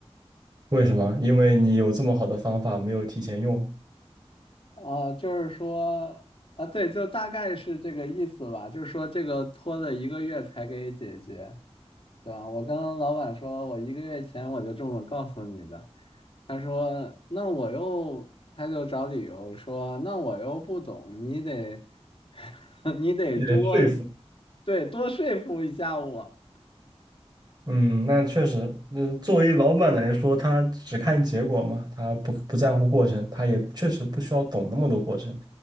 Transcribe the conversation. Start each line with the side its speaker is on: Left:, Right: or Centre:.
Right: 为什么？因为你有这么好的方法没有提前用，
Left: 哦，就是说啊，对，就大概是这个意思吧。就是说，这个拖了一个月才给解决，对吧？我跟老板说，我一个月前我就这么告诉你的。他说，那我又，他就找理由说，那我又不懂，你得，<laughs> 你得多，
Right: 被说服。
Left: 对，多说服一下我。
Right: 嗯，那确实，呃，作为老板来说，他只看结果嘛，他不不在乎过程，他也确实不需要懂那么多过程。